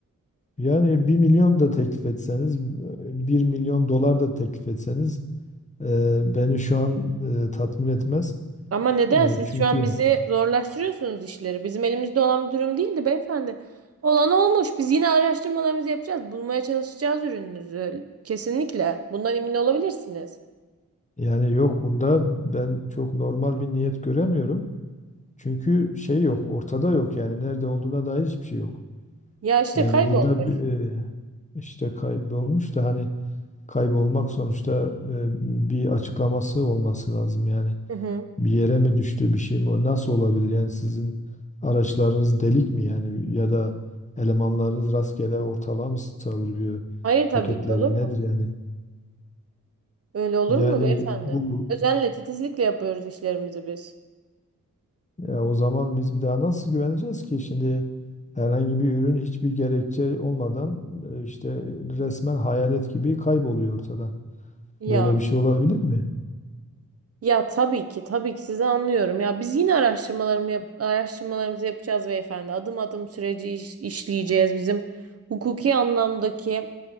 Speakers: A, on the left (about 20°); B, on the right (about 45°).
A: yani bir milyon da teklif etseniz, bir milyon dolar da teklif etseniz e, beni şu an e, tatmin etmez.
B: Ama neden
A: E,
B: siz
A: çünkü
B: şu an bizi zorlaştırıyorsunuz işleri? Bizim elimizde olan bir durum değildi beyefendi. Olan olmuş. Biz yine araştırmalarımızı yapacağız. Bulmaya çalışacağız ürününüzü. Kesinlikle. Bundan emin olabilirsiniz.
A: yani yok bunda ben çok normal bir niyet göremiyorum. Çünkü şey yok, ortada yok yani nerede olduğuna dair hiçbir şey yok.
B: Ya işte
A: Yani
B: kaybolmuş.
A: burada bir, e, işte kaybolmuş da hani kaybolmak sonuçta e, bir açıklaması olması lazım yani.
B: Hı hı.
A: Bir yere mi düştü bir şey mi o nasıl olabilir yani sizin araçlarınız delik mi yani ya da elemanlarınız rastgele ortalığa mı savuruyor
B: Hayır tabii
A: paketleri
B: ki olur mu?
A: nedir yani?
B: Öyle olur
A: Yani
B: mu beyefendi?
A: bu
B: Özenle titizlikle yapıyoruz işlerimizi biz.
A: ya o zaman biz bir daha nasıl güveneceğiz ki şimdi herhangi bir ürün hiçbir gerekçe olmadan e, işte resmen hayalet gibi kayboluyor ortadan.
B: Ya.
A: Böyle bir şey olabilir mi?
B: Ya tabii ki, tabii ki sizi anlıyorum. Ya biz yine araştırmalarımı yap- araştırmalarımızı yapacağız beyefendi. Adım adım süreci iş- işleyeceğiz. Bizim hukuki anlamdaki